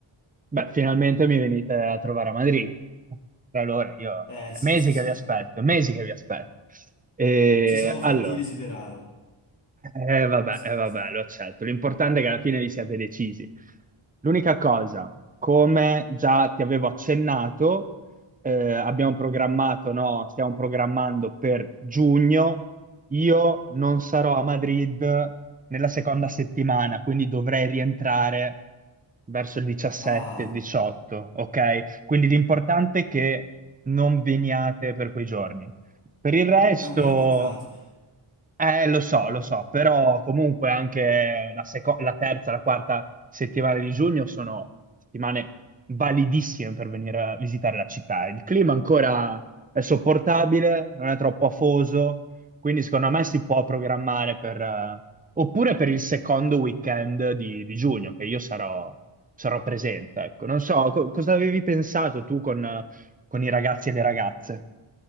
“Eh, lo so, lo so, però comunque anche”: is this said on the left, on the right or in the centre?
Right